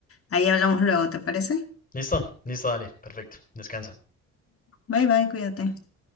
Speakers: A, on the left (about 50°); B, on the left (about 30°).
A: ahí hablamos luego, ¿te parece?
B: Listo, listo, dale, perfecto, descansa.
A: Bye bye, cuídate.